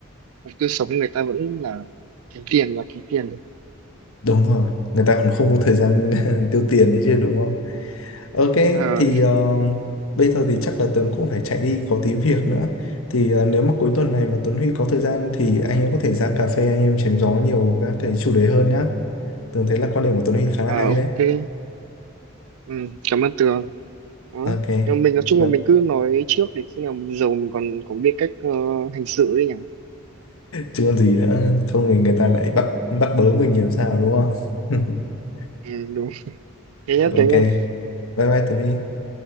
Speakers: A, on the right (about 85°); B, on the left (about 75°).
A: cuộc tiêu sống người ta vẫn là kiếm tiền và kiếm tiền.
B: đúng rồi người ta còn không có thời gian <laughs> tiêu tiền đấy chứ đúng không ok
A: Ờ,
B: thì ờ, bây giờ thì chắc là Tường cũng phải chạy đi có tí việc nữa thì ờ, nếu mà cuối tuần này mà Tuấn Huy có thời gian thì anh em có thể ra cà phê anh em chém gió nhiều các cái chủ đề hơn nhá Tường thấy là quan điểm của Tuấn Huy khá là
A: à,
B: hay
A: ok,
B: đấy.
A: ừ, cảm ơn Tường. Đó.
B: Ok.
A: Nhưng mà mình nói chung
B: Vâng.
A: là mình cứ nói trước để khi nào mình giàu mình còn có biết cách ờ, hành xử đấy nhỉ?
B: Chứ còn gì nữa, không thì người ta lại bắt bắt bớ mình làm sao đúng không? <laughs>
A: Ừ, đúng. Thế nhá, thế
B: Ok.
A: nhá.
B: Bye bye Tuấn Huy.